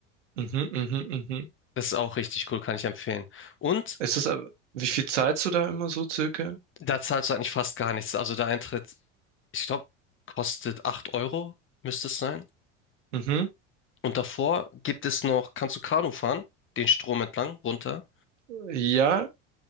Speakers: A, on the right; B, on the left.
A: Mhm, mhm, mhm.
B: Das ist auch richtig cool, kann ich empfehlen. Und
A: Es ist das aber, wie viel zahlst du da immer so circa?
B: Da zahlst du eigentlich fast gar nichts. Also der Eintritt, ich glaube, kostet 8 Euro, müsste es sein.
A: Mhm.
B: Und davor gibt es noch, kannst du Kanu fahren, den Strom entlang, runter.
A: Ja,